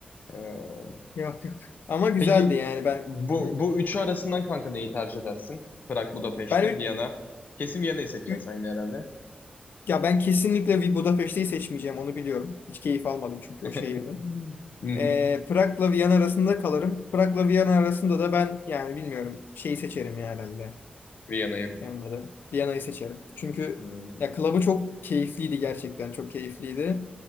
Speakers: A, on the left; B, on the left.
A: Ee,
B: <laughs> Yok yok. Ama güzeldi
A: Peki
B: yani ben.
A: bu
B: Hı.
A: bu üçü arasından kanka neyi tercih edersin? Prag, Budapeşte,
B: Ben ü-
A: Viyana. Kesin Viyana'yı seçeceksin
B: ü-
A: sen yine herhalde.
B: ya ben kesinlikle bir Budapeşte'yi seçmeyeceğim onu biliyorum. Hiç keyif almadım çünkü o şehirde.
A: <laughs> Hı hı.
B: Ee, Prag'la Viyana arasında kalırım. Prag'la Viyana arasında da ben yani bilmiyorum şeyi seçerim ya herhalde.
A: Viyana'yı.
B: Benim de Viyana'yı seçerim. Çünkü
A: Hmm,
B: ya klabı çok keyifliydi gerçekten. Çok keyifliydi.